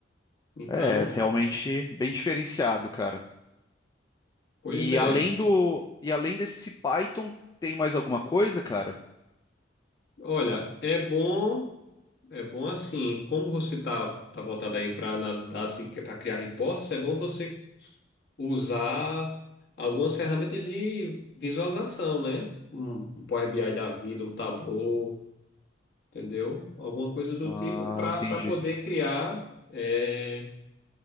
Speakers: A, on the left; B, on the left.
A: Então,
B: É, realmente bem diferenciado, cara.
A: pois
B: E
A: é.
B: além do, e além desse Python, tem mais alguma coisa, cara?
A: Olha, é bom. É bom assim, como você está tá, tá voltado aí para nas dados e para criar reportes, é bom você usar algumas ferramentas de visualização, né? Um, um Power BI da vida, um Tableau, entendeu? Alguma coisa do
B: Ah,
A: tipo para
B: entendi.
A: para poder criar é,